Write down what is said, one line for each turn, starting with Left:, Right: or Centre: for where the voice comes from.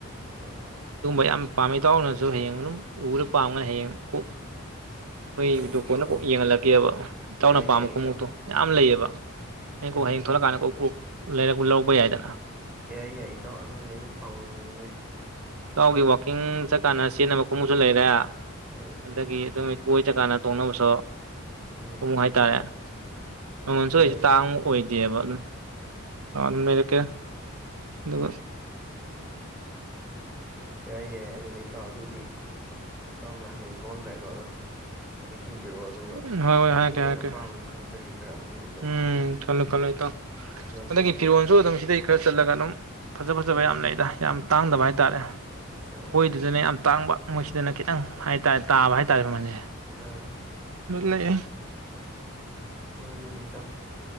Centre: ꯎꯝ
Right: ꯌꯥꯝꯥꯃꯤ ꯇꯅꯁꯨ ꯍꯌꯦ ꯎꯔ ꯄꯥꯝꯒꯅ ꯍꯌꯦꯡ ꯀꯣꯛ ꯑꯩꯈꯣꯏ
Centre: ꯑꯣ ꯑꯣ ꯑꯣ ꯌꯥꯏ
Right: ꯌ
Centre: ꯏꯇꯥꯎ
Right: ꯀꯣꯟꯅ
Centre: ꯑꯗꯨ
Right: ꯀꯣꯛ ꯌꯦꯡꯍꯜꯂꯛꯀꯦꯕ
Centre: ꯌꯥꯏ
Right: ꯏꯆꯥꯎꯅ ꯄꯥꯝꯕ
Centre: ꯌꯥꯏ
Right: ꯈꯣꯡꯎꯞꯇꯨ
Centre: ꯏꯇꯥꯎ
Right: ꯌꯥꯝ
Centre: ꯎꯝ
Right: ꯂꯩꯌꯦꯕ ꯍꯌꯦꯡ
Centre: ꯎꯝ
Right: ꯀꯣꯛ ꯍꯌꯦꯡ
Centre: ꯎꯝ
Right: ꯊꯣꯛꯂꯛꯀꯥꯟꯗ ꯀꯣꯛ ꯂꯩꯔꯛꯄ ꯂꯧꯕ ꯌꯥꯏꯗꯅ
Centre: ꯌꯥꯏ ꯌꯥꯏ ꯏꯇꯥꯎ ꯑꯗꯨꯅꯦ ꯑꯩꯁꯨ ꯄꯥꯝꯃꯃꯤꯅꯤꯅꯦ
Right: ꯇꯥꯎꯒꯤ ꯋꯥꯛꯀꯤꯡ ꯆꯠꯀꯥꯟꯅ ꯁꯤꯖꯤꯟꯅꯕ ꯀꯨꯝꯕꯁꯨ ꯂꯩꯔ
Centre: ꯎꯝ
Right: ꯑꯗꯨꯗꯒꯤ
Centre: ꯎꯝ
Right: ꯑꯗꯨꯝ ꯀꯣꯏ ꯆꯠꯀꯥꯟꯅ ꯇꯣꯡꯅꯅꯕꯁꯨꯣ
Centre: ꯎꯝ
Right: ꯀꯃꯨ ꯍꯥꯏꯇꯥꯔꯦ ꯃꯃꯜꯁꯨ
Centre: ꯌꯥꯏ
Right: ꯑꯩꯁꯦ ꯇꯥꯡꯃꯛ
Centre: ꯏꯇꯥꯎ
Right: ꯑꯣꯏꯗꯦꯕ ꯑꯗꯨꯝ ꯇꯋꯥ ꯑꯗꯨ ꯂꯩꯔꯀꯦ ꯑꯗꯨꯒ ꯍ
Centre: ꯀꯌꯥ ꯌꯥꯏ ꯑꯗꯨꯅ ꯏꯇꯥꯎ ꯑꯗꯨꯗꯤ ꯏꯇꯥꯎꯅ ꯍꯌꯦꯡ ꯊꯣꯛꯑꯝꯗꯥꯏꯗꯣ ꯆꯤꯡꯕꯤꯔꯛꯑꯣ ꯑꯗꯨꯒ
Right: ꯍꯣꯏ ꯍꯣꯏ
Centre: ꯑꯩ
Right: ꯍꯥꯏꯔꯛꯀꯦ
Centre: ꯑꯩꯅ
Right: ꯍꯥꯏꯔꯛꯀꯦ
Centre: ꯑꯄꯥꯝꯕꯗꯨꯣ ꯈꯟꯖꯒꯦ ꯈꯔ ꯑꯃꯅꯤ
Right: ꯎꯝ ꯈꯜꯂꯨ ꯈꯜꯂꯨ ꯇꯥꯣ ꯑꯗꯒꯤ
Centre: ꯐꯅꯦꯕ
Right: ꯐꯤꯔꯣꯜꯁꯨ ꯑꯗꯨꯝ ꯁꯤꯗꯩ ꯈꯔ ꯆꯠꯂꯒ ꯑꯗꯨꯝ ꯐꯖ ꯐꯖꯕ
Centre: ꯎꯝ
Right: ꯌꯥꯝ ꯂꯩꯗ ꯌꯥꯝ ꯇꯥꯡꯗꯕ ꯍꯥꯏꯇꯥꯔꯦ ꯑꯩꯈꯣꯏꯗꯨꯗꯅꯦ
Centre: ꯑꯠꯆꯥ ꯑꯠꯆꯥ
Right: ꯌꯥꯝ ꯇꯥꯡꯕ ꯃꯣꯏꯁꯤꯗꯅ ꯈꯤꯇꯪ ꯍꯥꯏꯇꯥꯔꯦ ꯇꯥꯕ ꯍꯥꯏꯇꯥꯔꯦ ꯃꯃꯜꯁꯦ
Centre: ꯑ
Right: ꯂꯩꯦ
Centre: ꯍꯣꯏꯅꯤ ꯇ